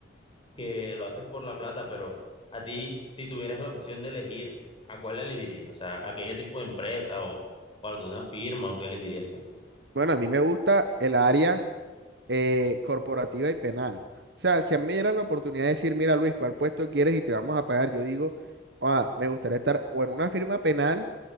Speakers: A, on the left; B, on the right.
A: que lo haces por la plata, pero a ti, si tuvieras la opción de elegir, ¿a cuál elegirías? O sea, ¿a qué tipo de empresa o, o alguna firma o qué elegirías tú?
B: Bueno, a mí me gusta el área eh, corporativa y penal. O sea, si a mí me dieran la oportunidad de decir, mira Luis, ¿cuál puesto quieres y te vamos a pagar? Yo digo, "Ah, me gustaría estar o en una firma penal,